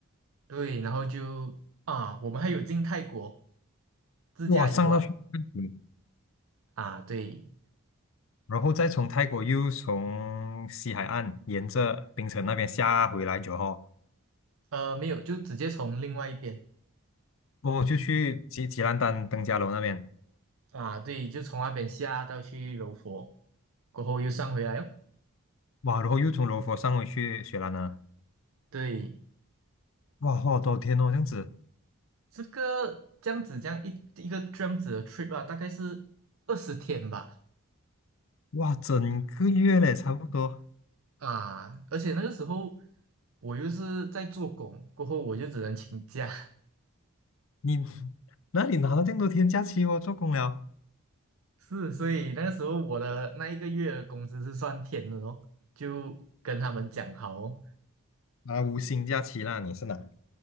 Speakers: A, on the right; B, on the left.
A: 对，然后就啊，我们还有进泰国自驾游啊
B: 哇，上到去泰国，
A: 啊，对，
B: 然后再从泰国又从西海岸沿着槟城那边下回来酒后，
A: 呃，没有，就直接从另外一边
B: 哦，就去吉吉兰丹登嘉楼那边，
A: 啊，对，就从那边下到去柔佛，过后又上回来哦。
B: 哇，然后又从罗佛上回去雪兰莪，
A: 对，
B: 哇，好多天哦，这样子，
A: 这个这样子，这样一一个这样子的 trip 啊，大概是二十天吧，
B: 哇，整个月嘞，差不多。
A: 啊，而且那个时候我又是在做工，过后我就只能请假，
B: 你 <laughs> 那你拿了这么多天假期哦？做工了，
A: <laughs> 是，所以那个时候我的那一个月的工资是算天的哦，就跟他们讲好哦，
B: 啊，无薪假期啦，你是哪？